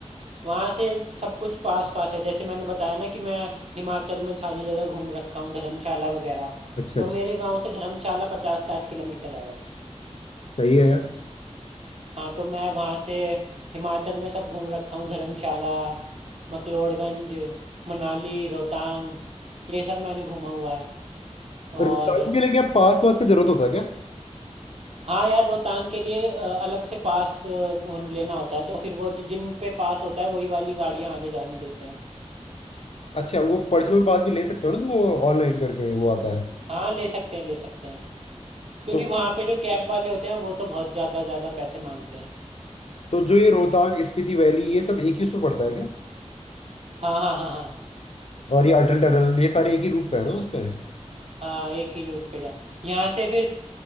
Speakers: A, on the right (about 60°); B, on the left (about 60°).
A: वहाँ से सब कुछ पास पास है जैसे मैंने बताया ना कि मैं हिमाचल में सारी जगह घूम रखा हूँ धर्मशाला वगैरह
B: अच्छा
A: तो
B: अच्छा
A: मेरे गांव से धर्मशाला पचास साठ किलोमीटर है बस
B: सही है यार
A: हाँ तो मैं वहाँ से हिमाचल में सब घूम रखा हूँ धर्मशाला मकलोड़गंज मनाली रोहतांग ये सब मैंने घूमा हुआ है
B: रिकॉर्डिंग
A: और
B: के लिए क्या पास वास का जरूरत होता है क्या
A: हाँ यार रोहतांग के लिए अ, अलग से पास अ, होन- लेना होता है तो फिर वो जो जिन पे पास होता है वही वाली गाड़ियाँ आगे जाने देते हैं
B: अच्छा वो पर्सनल पास भी ले सकते हो ना तो वो ऑनलाइन करके वो आता है
A: हाँ ले सकते हैं ले सकते हैं क्योंकि
B: तो
A: वहाँ पे जो कैब वाले होते हैं वो तो बहुत ज़्यादा ज़्यादा पैसे मांगते हैं
B: तो जो ये रोहतांग स्पीति वैली ये सब एक ही उसमें पड़ता है क्या
A: हाँ हाँ हाँ हाँ
B: और ये अटल टनल ये सारे एक ही रूट पे है ना उस पे
A: हाँ एक ही रूट पे जा यहाँ से फिर